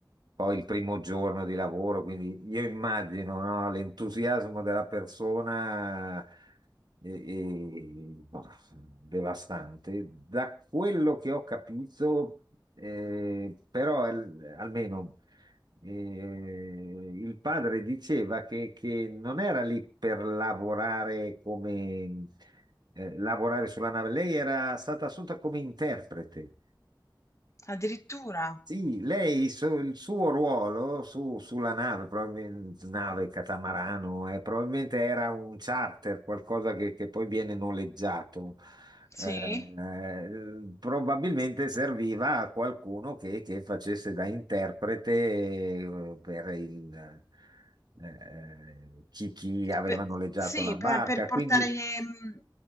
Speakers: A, on the right (about 60°); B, on the left (about 40°).
A: Poi il primo giorno di lavoro, quindi io immagino, no, l'entusiasmo della persona e- e- boh, devastante. Da quello che ho capito, eh, però al- almeno eh, il padre diceva che, che non era lì per lavorare come eh, lavorare sulla nave, lei era stata assunta come interprete.
B: Addirittura,
A: Sì, lei, su- il suo ruolo su- sulla nave, probabilmente nave catamarano, eh, probabilmente era un charter, qualcosa che, che poi viene noleggiato.
B: sì,
A: Eh, probabilmente serviva a qualcuno che, che facesse da interprete eh, per il, eh, eh, chi, chi aveva
B: Per-
A: noleggiato
B: sì,
A: la barca.
B: per, per portare
A: Quindi.
B: mh,